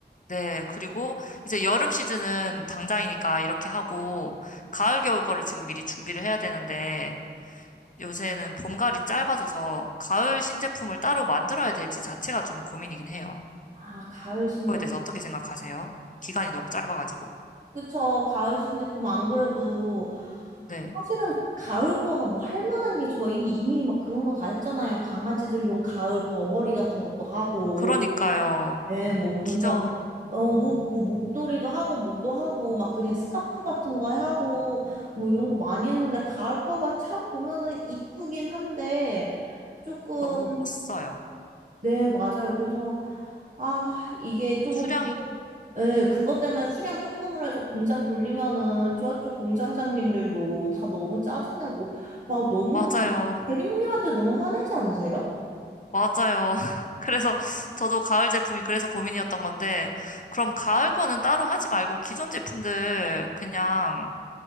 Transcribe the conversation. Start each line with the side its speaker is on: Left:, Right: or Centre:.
Left: 네, 그리고 이제 여름 시즌은 당장이니까 이렇게 하고, 가을, 겨울 거를 지금 미리 준비를 해야 되는데, 요새는 봄가을이 짧아져서 가을 신제품을 따로 만들어야 될지 자체가 좀 고민이긴 해요.
Right: 아, 가을 신제품.
Left: 그거에 대해서 어떻게 생각하세요? 기간이 너무 짧아가지고.
Right: 그쵸, 가을 신제품 안 그래도
Left: 네.
Right: 사실은 가을 거가 뭐 할 만한 게 저희 이미 막 그런 거 다 했잖아요. 강아지들용 가을 버버리 같은 것도 하고.
Left: 그러니까요.
Right: 네, 뭐 그런
Left: 기존
Right: 다음에 어, 뭐, 뭐 목도리도 하고 뭐도 하고 막 그냥 스카프 같은 거 하고 뭐 이런 거 많이 했는데 가을 거가 참 보면은 이쁘긴 한데 조금
Left: 너무 못 써요.
Right: 네, 맞아요. 그래서 아, 이게 조금
Left: 수량이.
Right: 예, 그것 때문에 수량 조금으로 해서 공장 돌리면은 저쪽 공장장님들도 다 너무 짜증내고 막 너무
Left: 맞아요.
Right: 대리님한테 너무 화내지 않으세요?
Left: 맞아요. <laughs> 그래서 저도 가을 제품이 그래서 고민이었던 건데, 그럼 가을 거는 따로 하지 말고 기존 제품들 그냥